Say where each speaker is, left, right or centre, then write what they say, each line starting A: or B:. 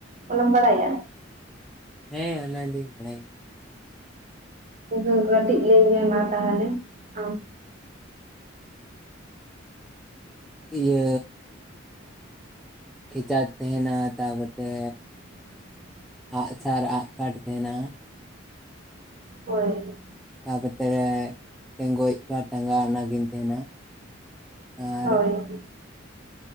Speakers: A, on the right; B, in the centre.
A: ᱚᱱᱟᱢ ᱵᱟᱲᱟᱭᱟ?
B: ᱦᱮᱸ ᱚᱱᱟ ᱫᱩᱧ ᱵᱟᱲᱟᱭ ᱜᱮᱭᱟ᱾
A: ᱵᱟᱵᱩ ᱠᱟᱹᱴᱤᱡ ᱞᱟᱹᱭ ᱢᱮ ᱢᱟ ᱛᱟᱦᱚᱞᱮ ᱟᱢ?
B: ᱤᱭᱟᱹ ᱠᱷᱮᱪᱟ ᱛᱟᱦᱮᱱᱟ ᱛᱟᱵᱚᱨ ᱛᱮ ᱟᱸᱜᱼᱥᱟᱨ ᱟᱸᱜᱠᱚᱴ ᱛᱟᱦᱮᱱᱟ᱾
A: ᱦᱳᱭ᱾
B: ᱛᱟᱯᱚᱛᱮ ᱴᱮᱸᱜᱚᱡ ᱵᱟ ᱴᱟᱸᱜᱟ ᱚᱱᱟᱜᱤᱧ ᱛᱟᱦᱮᱱᱟ᱾ ᱟᱨ
A: ᱦᱳᱭ᱾